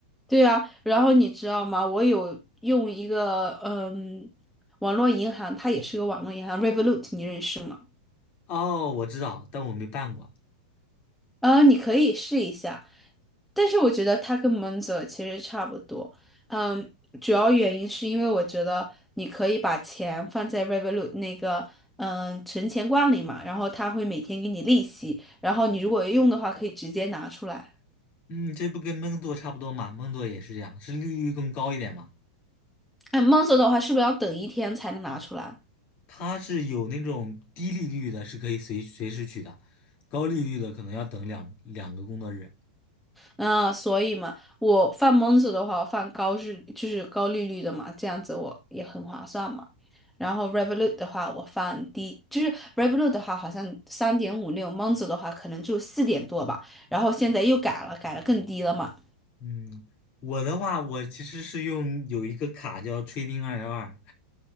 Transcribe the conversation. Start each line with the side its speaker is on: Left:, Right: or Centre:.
Centre: 对啊，然后你知道吗？我有用一个嗯，网络银行，它也是个网络银行，Revolut，你认识吗？
Left: <laughs> 哦，我知道，但我没办过，
Centre: 嗯，你可以试一下，但是我觉得它跟 Monzo 其实差不多。嗯，主要原因是因为我觉得你可以把钱放在 Revolut 那个嗯存钱罐里嘛，然后它会每天给你利息，然后你如果用的话可以直接拿出来。
Left: 嗯，这不跟闷做差不多嘛？闷做也是这样，是利率更高一点嘛？
Centre: 哎，Monzo 的话是不是要等一天才能拿出来？
Left: 它是有那种低利率的，是可以随随时取的，高利率的可能要等两两个工作日。
Centre: 嗯，所以嘛，我放蒙子的话，我放高日就是高利率的嘛，这样子我也很划算嘛。然后 Revolut 的话，我放低，就是 Revolut 的话好像三点五六，蒙子的话可能就四点多吧。然后现在又改了，改了更低了嘛。
Left: 嗯，我的话，我其实是用有一个卡叫 Trading 二幺二，